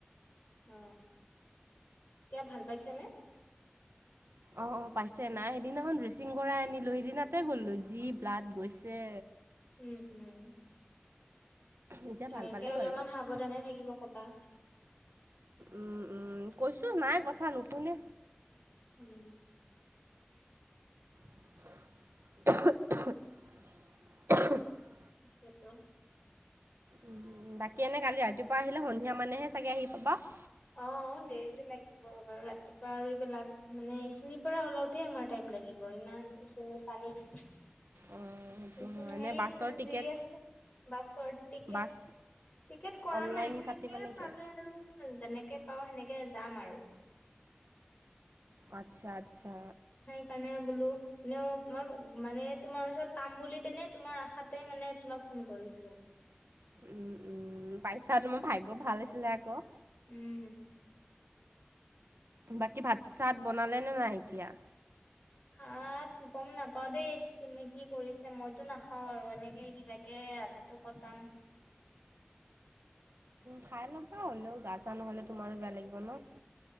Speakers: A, on the left (about 40°); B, on the right (about 85°).
A: অ এতিয়া ভাল পাইছ নে? <inaudible>
B: অ অ পাইছে নাই সেইদিনাখন ড্ৰেচিং কৰাই আনিলো, সেইদিনাতে গ'লো যি ব্লাড গৈছে।
A: উম উম
B: এতিয়া
A: ভালকে
B: ভাল পালে
A: অলপমান
B: বাৰু
A: সাৱধানে থাকিব কবা।
B: উম'-উম', কৈছো নাই কথা নুশুনে।
A: উম
B: <unintelligible>
A: হেতু
B: উ বাকী এনে কালি ৰাতিপুৱা আহিলে সন্ধিয়া মানেহে চাগে আহি পাব।
A: অ দেৰিতো লাগিব বাৰু ৰাতিপুৱা আৰু এইবিলাক মানে এইখিনিৰ পৰা ওলাওঁতে আমাৰ টাইম লাগিব ইমান এইখিনি পানী হেতো
B: অ সেইটো হয়
A: নাইয়ে
B: এনে বাছৰ
A: আৰু
B: টিকেট
A: যি আছে বাছৰ টিকেট।
B: বাছ
A: টিকেট কৰা
B: অনলাইন
A: নাই সেনেকেই
B: কাটিবা নেকি
A: পালে আৰু যেনেকে পাওঁ সেনেকে যাম আৰু
B: আচ্ছা আচ্ছা
A: সেই কাৰণে বোলো এনেও মই মানে তোমাৰ ওচৰত পাম বুলি পিনে তোমাৰ আশাতে মানে তোমাক ফোন কৰিছো।
B: উম পাইছা তোমাৰ ভাগ্য ভাল আছিলে আকৌ
A: উম
B: বাকী ভাত চাত বনালে নে নাই এতিয়া?
A: ভাত গম নাপাও দেই কোনে কি কৰিছে মইতো নাখাওঁ আৰু এনেকে কিবাকে টো কটাম
B: খাই ল'বা হ'লেও গা চা নহ'লে তোমাৰো বেয়া লাগিব ন।